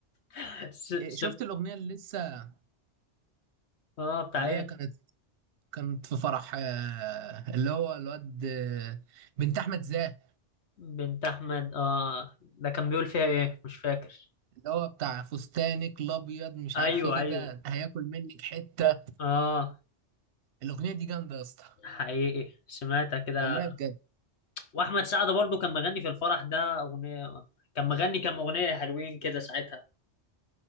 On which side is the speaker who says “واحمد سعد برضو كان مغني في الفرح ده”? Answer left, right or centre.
Left